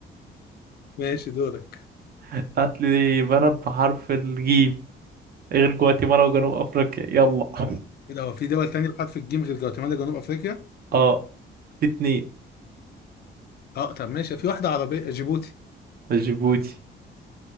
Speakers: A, on the left (about 55°); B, on the right (about 50°).
A: ماشي دورك
B: <laughs> هاتلي بلد بحرف الجيم غير جواتيمالا وجنوب أفريقيا يلا <laughs>
A: ايه ده هو في دول تانية بحرف الجيم غير جواتيمالا جنوب افريقيا
B: اه في اتنين
A: اه طب ماشي في واحدة عربية جيبوتي
B: جيبوتي